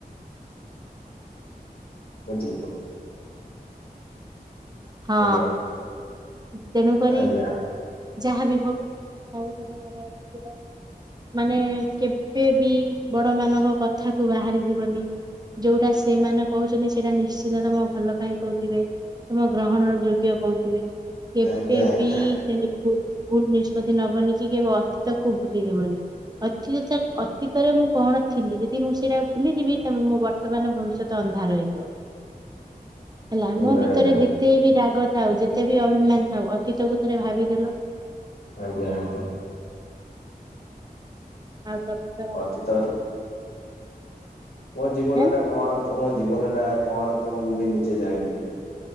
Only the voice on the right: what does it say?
ହଁ
ତେଣୁ କରି
ଯାହାବି ହଉ ସବୁବେଳେ ମଜା ମସ୍ତି ଥିବ। ମାନେ କେବେବି ବଡ ମାନଙ୍କ କଥା କୁ ବାହାରି ଯିବନି ଯୋଉଟା ସେମାନେ କହୁଚନ୍ତି ସେଇଟା ନିଶ୍ଚିନ୍ତ ତମ ଭଲ ପାଇଁ କହୁଥିବେ। ତମ ଗ୍ରହଣର ଯୋଗ୍ୟ କହୁଥିବେ କେବେ
ବି ସେମିତି ଭୁଲ୍ ଭୁଲ୍ ନିଷ୍ପତ୍ତି ନବନି କି କେବେ ଅତୀତକୁ ଭୁଲିଯିବନି। ଅତୀତ ଅତୀତରେ ମୁଁ କଣ ଥିଲି ଯଦି ମୁଁ ସେଇଟା ଭୁଲିଯିବି ତମେ ମୋ ବତ୍ ବର୍ତ୍ତମାନ ଭବିଷ୍ୟତ ଅନ୍ଧାର ହେଇଯିବ। ହେଲା
ଆମ ଭିତରେ
ଯେତେ ବି ରାଗ ଥାଉ ଯେତେ ବି ଅଭିମାନ୍ ଥାଉ ଅତୀତକୁ ଥରେ ଭାବିଦେଲ।
ଆଉ ତମେ ତ
ହେଁ